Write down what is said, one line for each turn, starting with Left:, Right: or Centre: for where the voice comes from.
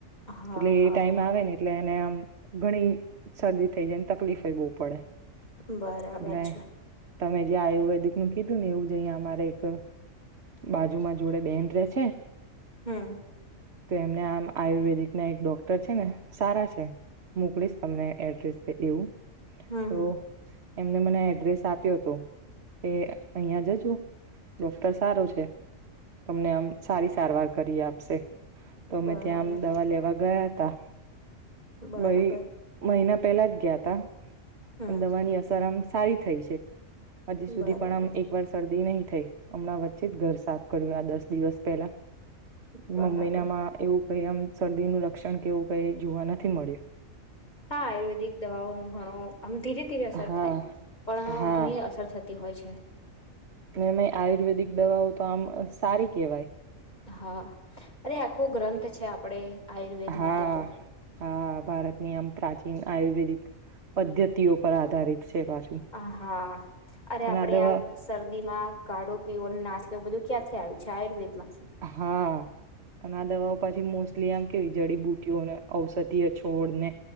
Left: હા
Right: એટલે
Left: હા
Right: એ ટાઈમ
Left: હા
Right: આવે ને એટલે એને આમ. ઘણી શરદી થઈ જાય તકલીફ. કવું પડે.
Left: બરાબર
Right: એટલે
Left: છે.
Right: તમે જે આયુર્વેદિક નું કીધું ને એવું જ અહીંયા અમારે એક બાજુમાં જોડે બે્રેસ.
Left: હમ.
Right: તો એમને આમ આયુર્વેદિક ના એક ડોક્ટર છે ને સારા છે મોકલીશ તમને એડ્રેસ એવું.
Left: હમ
Right: તો.
Left: હમ
Right: એમને મને એડ્રેસ આપ્યો હતો, કે અહં જજો ડોક્ટર સારો છે, તમને આમ સારી સારવાર કરી આપશે. તો અમે
Left: બરાબર
Right: ત્યાં આમ દવા લેવા. ગયા હતા.
Left: બરાબર
Right: ભાઈ મહિના પહેલા જ ગયતા
Left: હમ
Right: પણ દવા ની અસર આમ સારી થઈ છે. હજી સુધી
Left: બરાબર
Right: પણ આમ એક વાર શદી નહી થઈ, હમણાં વચ્ચે જ ઘર સાફ કર્યું આ દસ દિવસ પહેલા
Left: બરાબર
Right: મમ્મી ના માં એવું કઈ આમ શરદી નું લક્ષણ કેવું કઈ જોવા નથી મળ્યું.
Left: હા, આયુર્વેદિક દવાઓ ન ઘણો આમ ધીરે ધીરે અસર
Right: હા
Left: થાય પણ
Right: હા
Left: ઘણી અસર થતી હોય છે.
Right: એ આયુર્વેદિક દવાઓ તો આમ સારી કેહેવાય,
Left: હા અરે આખો ગ્રંથ છે, આપડે આયુર્વેદ
Right: હા
Left: માટે તો
Right: હા ભારતની આમ પ્રાચીન આયુર્વેદિક પદ્ધતિઓ પર આધારિત છે પાછું
Left: આ હા અરે
Right: અને
Left: આપડે
Right: દવા
Left: આ શરદીમાં કાઢો પીવો અને નાસ્ બધું ક્યાંથીય છે, આયુર્વેદ માંથી
Right: હા, પણ આ દવાઓ પછી મોસ્ટલી આમ કેવી જડીબુટીઓને ઔષધીય છોડ ને